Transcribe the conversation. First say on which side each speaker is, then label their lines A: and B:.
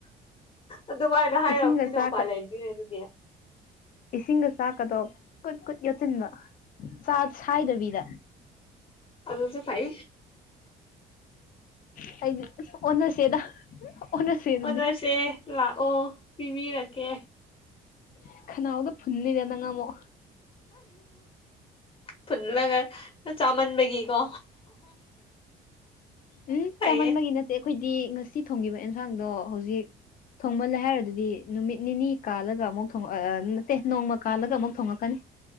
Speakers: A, on the left; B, on the left.
A: ꯑꯗꯨꯃꯥꯏꯅ ꯍꯥꯏꯔꯛꯑꯕꯅꯤꯅꯥ
B: ꯏꯁꯤꯡꯒ ꯆꯥꯛꯀ
A: ꯎꯄꯥꯥꯏ ꯂꯩꯇꯔꯦꯅꯦ ꯑꯗꯨꯗꯤ
B: ꯏꯁꯤꯡꯒ ꯆꯥꯛꯀꯗꯣ ꯀꯨꯠ ꯀꯨꯠ ꯌꯣꯠꯁꯤꯟꯕ ꯆꯥ ꯁꯥꯏꯗꯕꯤꯗ
A: ꯑꯗꯨꯁꯨ ꯐꯩ
B: <unintelligible> ꯑꯣꯟꯅꯁꯦ ꯑꯗꯨꯗꯤ
A: ꯑꯣꯟꯅꯁꯦ ꯂꯥꯛꯑꯣ ꯄꯤꯕꯤꯔꯛꯀꯦ
B: <unintelligible>
A: ꯐꯨꯟꯂꯒ ꯆꯥꯃꯟꯕꯒꯤꯀꯣ
B: ꯎꯝ
A: ꯐꯩꯌꯦ
B: ꯆꯥꯃꯟꯕꯒꯤ ꯅꯠꯇꯦ ꯑꯩꯈꯣꯏꯗꯤ ꯉꯁꯤ ꯊꯣꯡꯕ ꯑꯦꯟꯁꯥꯡꯗꯣ ꯍꯧꯖꯤꯛ ꯊꯣꯡꯃꯜꯂꯦ ꯍꯥꯏꯔꯗꯨꯗꯤ ꯅꯨꯃꯤꯠ ꯅꯤꯅꯤ ꯀꯥꯜꯂꯒ ꯑꯃꯨꯛ ꯊꯣꯡꯉꯛ ꯅꯠꯇꯦ ꯅꯣꯡꯃ ꯀꯥꯜꯂꯒ ꯑꯃꯨꯛ ꯊꯣꯡꯉꯛꯀꯅꯤ